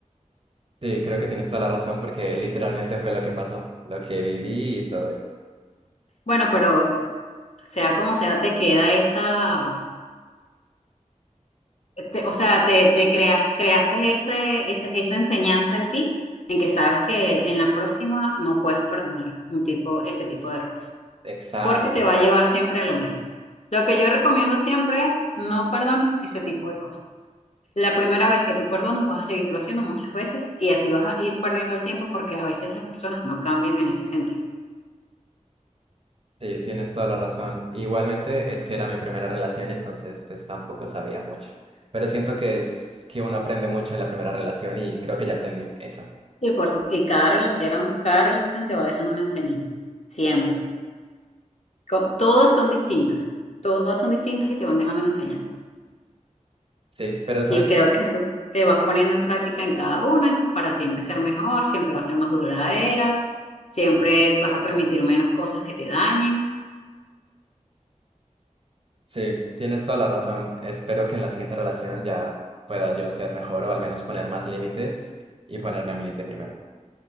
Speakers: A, on the right; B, on the left.
A: Sí, creo que tienes toda la razón porque literalmente fue lo que pasó, lo que viví y todo eso.
B: Bueno, pero sea como sea, te queda esa, te- o sea, te, te creas, creaste ese, esa, esa enseñanza en ti, en que sabes que en la próxima no puedes perdonar un tipo, ese tipo de errores.
A: Exacto.
B: porque te va a llevar siempre a lo mismo. Lo que yo recomiendo siempre es no perdones ese tipo de cosas. La primera vez que tú perdonas vas a seguirlo haciendo muchas veces y así vas a ir perdiendo el tiempo porque a veces las personas no cambian en ese sentido.
A: Sí, tienes toda la razón. Igualmente es que era mi primera relación, entonces pues tampoco sabía mucho. Pero siento que es que uno aprende mucho en la primera relación y creo que ya aprendí eso.
B: Y, por, su- y cada relación, cada relación te va dejando una enseñanza, siempre. Co- Todas son distintas, todas son distintas y te van dejando una enseñanza.
A: Sí, pero ¿sabes
B: Y creo
A: qué?
B: que es algo que vas poniendo en práctica en cada una es para siempre ser mejor, siempre va a ser más duradera, siempre vas a permitir menos cosas que te dañen,
A: Sí, tienes toda la razón. Espero que en la siguiente relación ya pueda yo ser mejor o al menos poner más límites y ponerme a mí de primero.